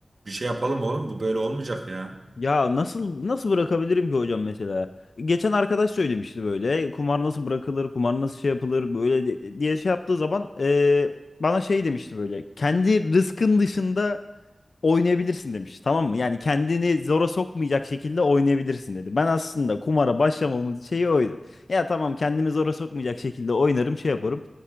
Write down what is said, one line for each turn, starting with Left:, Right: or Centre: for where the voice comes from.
Right: bir şey yapalım oğlum bu böyle olmayacak ya.
Left: Ya nasıl nasıl bırakabilirim ki hocam mesela? Geçen arkadaş söylemişti böyle kumar nasıl bırakılır, kumar nasıl şey yapılır böyle de- diye şey yaptığı zaman e, bana şey demişti böyle kendi rızkın dışında oynayabilirsin demiş tamam mı? Yani kendini zora sokmayacak şekilde oynayabilirsin dedi. Ben aslında kumara başlamamın şeyi oydu. Ya tamam kendimi zora sokmayacak şekilde oynarım şey yaparım